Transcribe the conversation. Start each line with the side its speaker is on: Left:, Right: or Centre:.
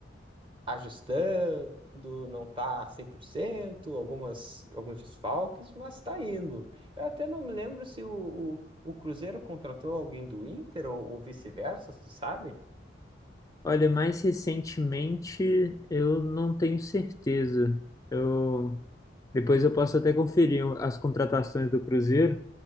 Right: ajustando, não está 100% algumas, alguns desfalques, mas está indo. Eu até não me lembro se o, o Cruzeiro contratou alguém do Inter ou, ou vice-versa, você sabe?
Left: Olha, mais recentemente eu não tenho certeza. Eu depois eu posso até conferir as contratações do Cruzeiro,